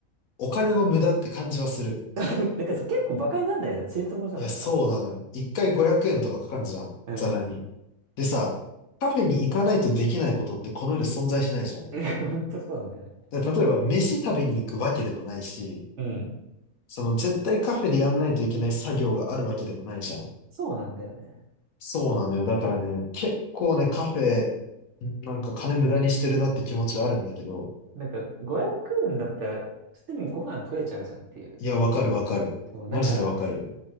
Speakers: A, on the left; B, on the right.
A: お金の無駄って感じはする。
B: <laughs> だからさ結構馬鹿になんないじゃん。ちりつモじゃん、
A: いや、
B: なんか。
A: そうなのよ。一回500円とかかかんじゃん。
B: うん。
A: ざらに。でさ、カフェに行かないとできないことってこの世で存在しないじゃん。
B: <laughs> 本当そうなんだよね。
A: で例えば飯食べに行くわけでもないし、
B: うん。
A: その絶対カフェでやんないといけない作業があるわけでもないじゃん。
B: そうなんだよね。
A: そうなのよ。だからね、結構ね、カフェ、なんか金無駄にしてるなって気持ちはあるんだけど、
B: なんか、500円だったら、普通にご飯食えちゃうじゃんっていう。
A: いや、わかるわかる。
B: そう、だから、
A: マジでわかるね。